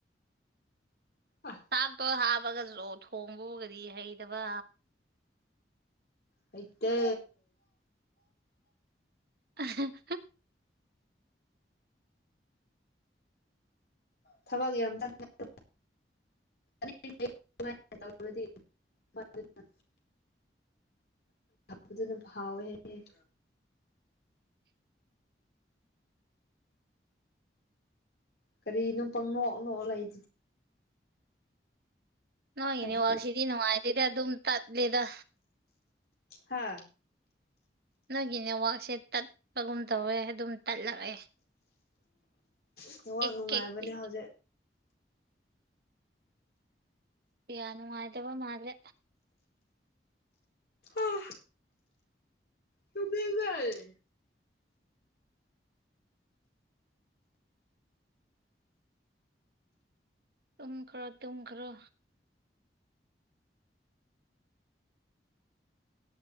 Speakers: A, on the left; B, on the right.
A: ꯑ
B: ꯆꯥꯛꯇꯣ ꯍꯥꯞꯄꯒꯁꯨ ꯊꯣꯡꯕꯕꯨ ꯀꯔꯤ ꯍꯩꯇꯕ
A: ꯍꯩꯇꯦ
B: <unintelligible>
A: ꯊꯕꯛ ꯌꯥꯝ <unintelligible> <unintelligible> ꯑꯗꯨꯅ ꯍꯥꯎꯋꯦ ꯍꯥꯏꯌꯦ ꯀꯔꯤꯅꯣ ꯄꯪ ꯅꯣꯛ ꯅꯣꯛ ꯂꯩꯗꯨꯗꯤ
B: ꯅꯣꯏ
A: ꯈꯟꯕ꯭ꯔꯥ
B: ꯅꯦꯠꯋꯥꯛ ꯁꯤꯗꯤ ꯅꯨꯡꯉꯥꯏꯇꯦꯗ ꯑꯗꯨꯝ ꯇꯠꯂꯦꯗ
A: ꯍꯥꯥ
B: ꯅꯣꯏꯒꯤ ꯅꯦꯠꯋꯥꯛꯁꯦ ꯇꯠꯄꯒꯨꯝ ꯇꯧꯋꯦ ꯑꯗꯨꯝ ꯇꯠꯂꯛꯑꯦ
A: ꯅꯦꯠꯋꯥꯛ
B: ꯑꯦꯛ
A: ꯅꯨꯡꯉꯥꯏꯕꯅꯦ
B: ꯀꯦꯛ ꯑꯦꯛ
A: ꯍꯧ
B: ꯀꯌꯥ ꯅꯨꯡꯥꯏꯇꯕ ꯃꯥꯜꯂꯦ
A: ꯑꯥ ꯇꯨꯝꯅꯤꯡꯑꯦ
B: ꯇꯨꯝꯈ꯭ꯔꯣ ꯇꯨꯝꯈ꯭ꯔꯣ